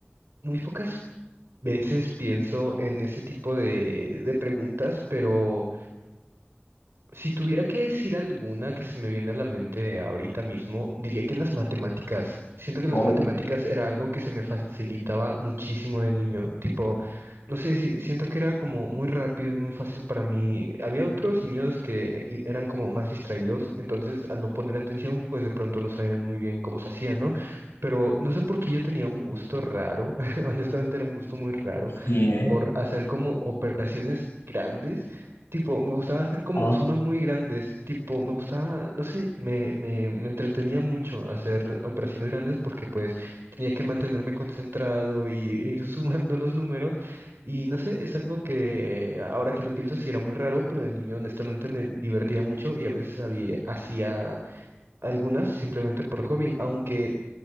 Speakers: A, on the right (about 85°); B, on the left (about 70°).
A: muy pocas veces pienso en ese tipo de, de preguntas, pero Si tuviera que decir alguna que se me viene a la mente ahorita mismo, diría que las matemáticas. Siento que las
B: Oh,
A: matemáticas era algo que se me facilitaba muchísimo de niño. Tipo, no sé si siento que era como muy rápido y muy fácil para mí. Había otros niños que i- eran como más distraídos, entonces al no poner atención, pues de pronto no sabían muy bien cómo se hacía, ¿no? Pero no sé por qué yo tenía un gusto raro. <laughs> Honestamente era un gusto muy raro
B: sí, ¿eh?
A: por hacer como operaciones grandes Tipo, me gustaba hacer como
B: Ah,
A: sumas muy grandes. Tipo, me gustaba, no sé, me, me, me entretenía mucho hacer operaciones grandes porque pues tenía que mantenerme concentrado y e ir <laughs> sumando los números. Y no sé, es algo que ahora que lo pienso sí era muy raro, pero de niño honestamente me divertía mucho y a veces había, hacía algunas simplemente por hobby, aunque